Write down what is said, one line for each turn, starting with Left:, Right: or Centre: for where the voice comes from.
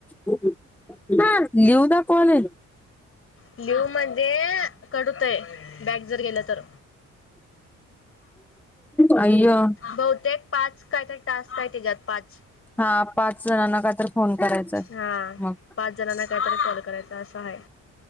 Centre: <unintelligible> <unintelligible> हा लिव दाखवालंय.
Left: लिव म्हणजे कट होतय बॅकजर गेलं तर.
Centre: आयो.
Left: बहुतेक पाच काहीतरी टास्क आहेत. त्याच्यात पाच
Centre: हा पाच जणांना का तर फोन करायचाय
Left: हा,
Centre: मग
Left: पाच जणांना काहीतरी कॉल करायचा अस, आहे